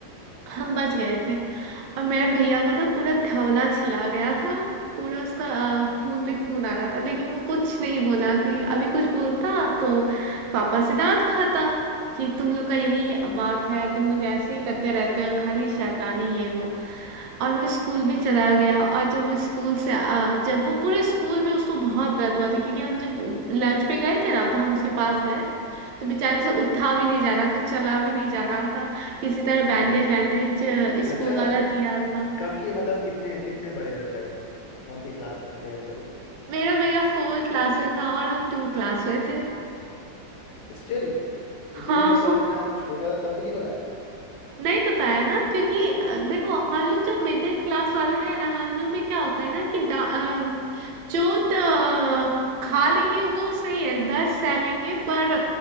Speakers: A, on the right; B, on the left.
A: हम बच गए थे और मेरे भैया का ना पूरा थवना छिला गया था पूरा उसका अ, खून पे खून आ रहा था लेकिन वो कुछ नहीं बोला कि अभी कुछ बोलता तो पापा से डांट खाता कि तुम लोग का यही बात है तुम लोग ऐसे ही करते रहते हो खाली शैतानी है वो और वो स्कूल भी चला गया और जब वो स्कूल से आ, जब वो पूरे स्कूल में उसको बहुत दर्द हुआ था क्योंकि हम जब लंच पे गए थे ना तो हम उसके पास गए तो बेचारे से उठा भी नहीं जा रहा था चला भी नहीं जा रहा था किसी तरह बैंडेज
B: अच्छा अच्छा
A: वैंडेज स्कूल
B: अच्छा
A: वाला दिया था
B: कब की मतलब कितने कितने बड़े थे लाइक तुम कौन सी क्लास में थे ऐसा कुछ
A: मेरा भैया फोर क्लास में था और हम टू क्लास में थे
B: स्टिल इतने
A: हाँ
B: मतलब इतना छोटा था तब भी नहीं बताया
A: नहीं बताया ना क्योंकि अ, देखो हम लोग जो मिडिल क्लास वाले हैं ना हम लोग में क्या होता है ना कि दा- अ, जो त- खा लेंगे वो सही है दस सह लेंगे पर